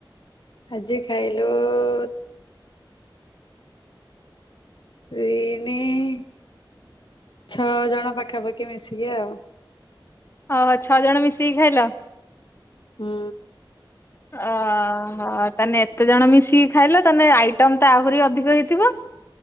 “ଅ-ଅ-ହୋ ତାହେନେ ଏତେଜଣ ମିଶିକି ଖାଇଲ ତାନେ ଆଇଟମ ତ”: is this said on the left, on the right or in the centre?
Left